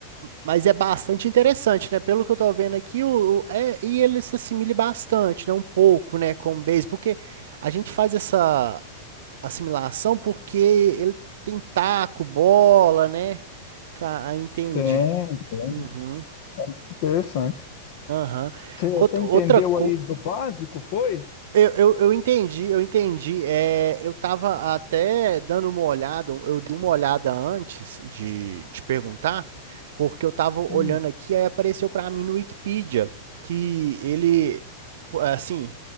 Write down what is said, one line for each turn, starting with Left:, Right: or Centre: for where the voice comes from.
Right: Mas é bastante interessante, né? Pelo que eu tô vendo aqui, o, o- é, e ele se assimile bastante, né? Um pouco, né? Com o base, porque a gente faz essa assimilação porque ele tem taco, bola, né? Ca- Ah, entendi.
Left: É, tem.
Right: Uhum,
Left: Interessante.
Right: aham.
Left: Você você
Right: Outra,
Left: entendeu
Right: outra coisa.
Left: aí do básico, foi?
Right: Eu, eu, eu entendi, eu entendi. É, eu tava até dando uma olhada, eu dei uma olhada antes de te perguntar, porque eu tava olhando
Left: Hum,
Right: aqui, aí apareceu pra mim no Wikipedia que ele, pô, assim,